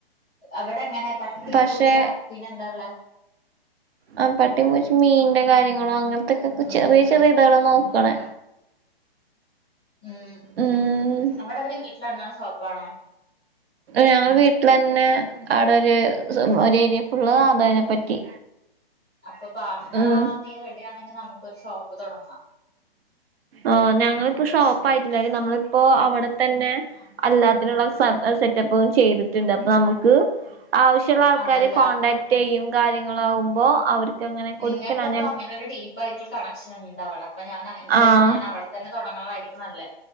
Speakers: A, in the centre; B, on the right (about 75°).
A: അവെടെ എങ്ങനെ പട്ടി
B: പക്ഷെ
A: പൂച്ച പിന്നെ എന്താള്ളേ
B: ആ പട്ടിം പൂച്ചിം മീന്റെ കാര്യങ്ങളോ അങ്ങനത്തൊക്കെ ചെറിയ ചെറിയ ഇതാണ് നോക്കണേ
A: ഉം
B: ഉം
A: അവടെ അവര് വീട്ടിലാണോ ഷോപ്പാണോ
B: ഞങ്ങൾ വീട്ടിലന്നെ അവിടെ ഒരു ഒരു ഏരിയ ഫുള്ള അതിനെ പറ്റി
A: അപ്പൊ പാർട്ട്ണർ
B: ഉം
A: ആവാ നീ റെഡി ആണെങ്കി നമ്ക്കോരു ഷോപ്പ് തോടങ്ങാ
B: ഓ ഞങ്ങളിപ്പോ ഷോപ്പായിറ്റ്
A: ഷോപ്പ്
B: നമ്മളിപ്പോ അവിടെ തന്നെ അല്ലാത്തിനുള്ള സ സെറ്റപ്പും ചെയ്തിട്ട് ണ്ട് അപ്പ നമുക്ക് ആവശ്യള്ള ആൾക്കാര്
A: അതല്ല
B: കോൺടാക്ട് ചെയ്യും കാര്യങ്ങളാകുമ്പോ അവർക്ക് അങ്ങനെ
A: നിങ്ങക്ക്
B: കൊടുക്കലാണ്
A: അപ്പൊ
B: ഞ
A: അങ്ങനെരു ടി - പയിട്ടുള്ള കണക്ഷൻ ണ്ട് അവളെ അപ്പൊ ഞാൻ എനിക്ക്
B: ആഹ്
A: തോന്നുന്നു ഞാൻ അവിടെ തന്നെ തോടങ്ങണതായിരിക്കും നല്ലേ